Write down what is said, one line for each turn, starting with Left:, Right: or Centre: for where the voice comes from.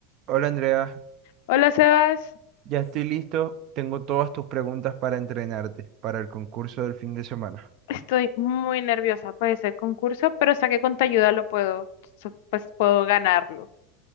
Right: Hola Andrea,
Left: Hola Sebas,
Right: ya estoy listo. Tengo todas tus preguntas para entrenarte para el concurso del fin de semana.
Left: estoy muy nerviosa por ese concurso, pero sé que con tu ayuda lo puedo, so- pues puedo ganarlo.